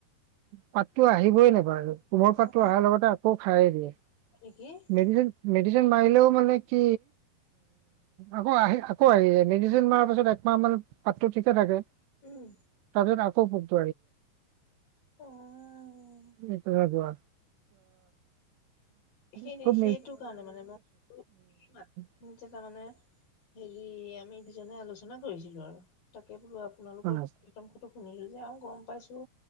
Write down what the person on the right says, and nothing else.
পাতটো আহিবই নাপায়, কোমল
পাতটো অহাৰ লগতে আকৌ খাইয়েই দিয়ে।
মেডিচিন
মেডিচিন মাৰিলেও মানে কি? আকৌ আহি আকৌ আহি যায়, মেডিচিন মাৰা পাছত একমাহ মান পাতটো ঠিকে থাকে।
তাৰপাছত আকৌ পুক <inaudible>
তেনেকুৱা
ত <inaudible> খুব
<unintelligible>
হয়।